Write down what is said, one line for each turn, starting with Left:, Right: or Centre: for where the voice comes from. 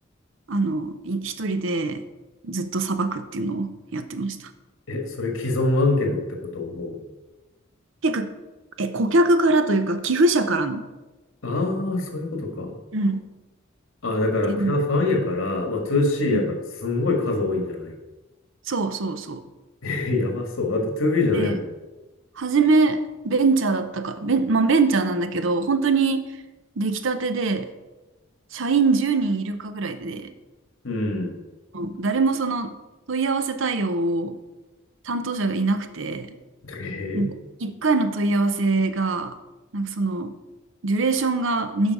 Right: あの、い一人でずっとさばくっていうのをやってました。
Left: え、それ既存案件のってことも
Right: 結構え、顧客からというか、寄付者からの。
Left: う。ああ、そういうことか。
Right: うん。っ
Left: ああ、だからクラファンやから、
Right: てい
Left: まあ 2C
Right: ううん
Left: やから、すんごい数多いんじゃない
Right: そうそうそう。
Left: <laughs> えやばそう。だって 2B じゃないもん。
Right: で、初め、ベンチャーだったか、ベン、まあ、ベンチャーなんだけど、本当に出来たてで、社員10人いるかぐらいで、
Left: うん。
Right: うん誰もその問い合わせ対応を担当者がいなくて、
Left: えー
Right: なんか1回の問い合わせが、なんかその、デュレーションが